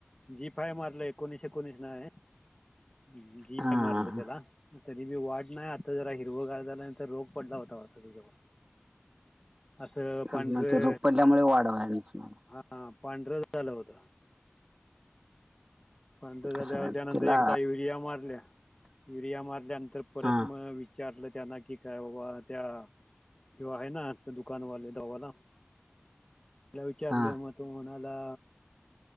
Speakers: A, on the left; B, on the right.
A: जी फाय मारलंय एकोणीस एकोणीस नाय जी
B: हा
A: फाय मारलं
B: हा
A: त्याला. तरी बी वाढ नाय आता जरा हिरवगार झाल्या नंतर रोग पडला होता वाटत त्याच्यावर. असं पांढर
B: मग ते रोग पडल्यामुळे
A: हा
B: वाढवायच नाही
A: पांढर झालं होतं. पांढर
B: कसं
A: झाल्यावर
B: काय
A: त्यानंतर
B: तिला
A: एकदा युरिया मारल्या युरिया मारल्यानंतर परत
B: हा
A: मग इचारल त्यांना की काय बाबा ह्यो आहे ना दुकानवाले दवाला
B: <inaudible>
A: त्याला विचारल
B: हा
A: म तो म्हणाला